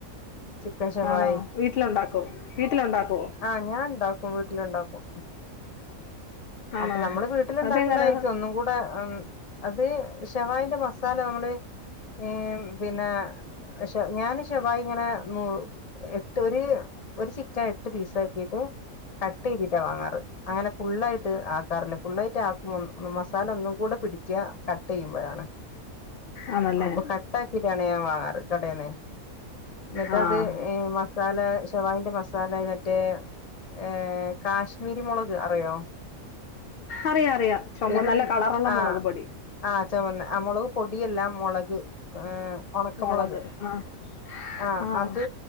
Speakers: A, on the left (about 35°); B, on the left (about 75°).
A: ചിക്കൻ ഷവായി
B: ആണോ വീട്ടിലുണ്ടാക്കോ വീട്ടിലുണ്ടാക്കുവോ
A: ആ ഞാൻ ഇണ്ടാക്കും വീട്ടില് ഉണ്ടാക്കും
B: ആണോ
A: അപ്പൊ നമ്മള് വീട്ടില് ഉണ്ടാക്കുന്നതായിരിക്കും
B: അതെങ്ങനാ
A: ഒന്നും കൂടെ ഉം അത് ഷവായിന്റെ മസാല നമ്മള് ഏഹ് പിന്നെ ഷ ഞാന് ഷെവായി ഇങ്ങനെ നു എട്ട് ഒര് ഒരു ചിക്കൻ എട്ട് പീസ് ആക്കീട്ട് കട്ട് ചിയ്തിട്ടാ വാങ്ങാറ് അങ്ങനെ ഫുള്ളായിട്ട് ആക്കാറില്ല ഫുള്ളായ്റ്റ് ആക്കും മസാല ഒന്നും കൂടെ പിടിക്ക കട്ട് ചെയ്യുമ്പഴാണ്
B: ആണല്ലേ
A: അപ്പൊ കട്ടാക്കീട്ടാണ് ഞാൻ വാങ്ങാറ് കടേന്നെ ഇന്നിട്ടത്
B: ആഹ്
A: ഏഹ് മസാല ഷവായിന്റെ മസ് സാല അത് മറ്റേ ഏഹ് കാശ്മീരി മുളക് <unintelligible>
B: അറിയാം അറിയാം ചുമ
A: എരു
B: നല്ല കളറുള്ള
A: ആഹ്
B: മുളക് പൊടി
A: ആ ചവന്ന ആ മുളക് പൊടിയല്ല മുളക് <unintelligible> ഉണക്കമുളക്
B: മുളക് ആഹ്
A: ആ
B: ആഹ്
A: അത്